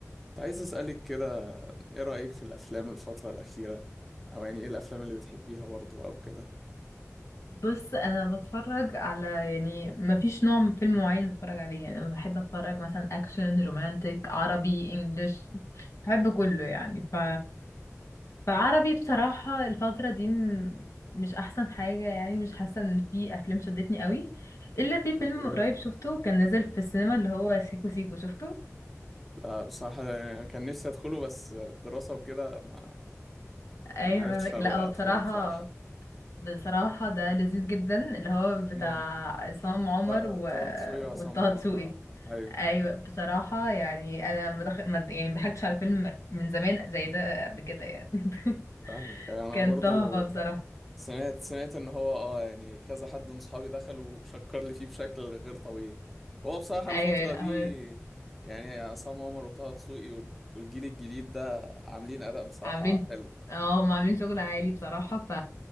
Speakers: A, in the centre; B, on the left (about 65°).
A: كنت عايز أسألك كده إيه رأيك في الأفلام الفترة الأخيرة أو يعني إيه الأفلام اللي بتحبيها برضه أو كده
B: بص انا بتفرج على يعني ما فيش نوع من فيلم معين بتفرج عليه يعني انا بحب اتفرج مثلا اكشن رومانتك عربي انجليش بحب كله يعني ف فعربي بصراحة الفترة دي م- مش احسن حاجة يعني مش حاسة ان في افلام شدتني قوي الا في فيلم
A: ايه
B: قريب شفته كان نازل في السينما اللي هو سيكو سيكو شفته
A: لا بصراحة أنا كان نفسي أدخله بس الدراسة وكده ما
B: ايوه
A: يعني معرفتش
B: فاهمك.
A: أرو-
B: لا
A: أدخله
B: هو بصراحة
A: بصراحة
B: بصراحة ده لذيذ جدا اللي هو بتاع
A: امم
B: عصام عمر
A: طه
B: و...
A: طه دسوقي وعصام
B: وطه
A: عمر
B: دسوقي
A: أه أيوه
B: ايوه بصراحة يعني انا مدخ... مد... يعني مضحكتش على فيلم من زمان زي ده قبل كده يعني <laughs>
A: فاهمك أيوة، أنا
B: كان
A: برضه
B: تحفة بصراحة
A: سمعت سمعت ان هو اه يعني كذا حد من صحابي دخل وشكر لي فيه بشكل غير طبيعي هو بصراحة
B: ايوه
A: الفترة
B: لا
A: دي
B: هو
A: يعني عصام عمر وطه دسوقي وال- والجيل الجديد ده عاملين اداء بصراحة
B: عاملين
A: حلو
B: اه هم عاملين شغل عالي بصراحة ف